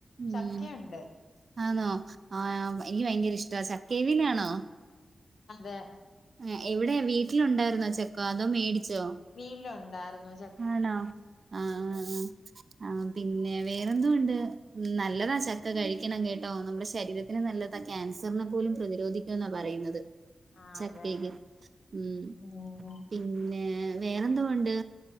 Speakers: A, on the right (about 50°); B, on the left (about 75°).
A: ഉം.
B: ചക്കയുണ്ട്
A: ആണോ ആ എനിക്ക് ഭയങ്കര ഇഷ്ട ചക്കേവലിലാണോ
B: അതെ
A: ആ എവിടെയ വീട്ടിലുണ്ടായിരുന്നോ ചക്ക അതോ മേടിച്ചോ
B: വീലുണ്ടായിരുന്നു
A: ആണോ ആഹ് ആഹ് ആഹ് പിന്നെ വേറെന്തോണ്ട് നല്ലതാ ചക്ക കഴിക്കണം കേട്ടോ നമ്മുടെ ശരീരത്തിന് നല്ല ക്യാൻസറിനെ പോലും പ്രതിരോധിക്കുന്നാ പറയുന്നത്
B: ആ
A: ചക്കേല്
B: അതെ
A: ഉം
B: ഉം
A: പിന്നെ വേറെന്തോണ്ട്?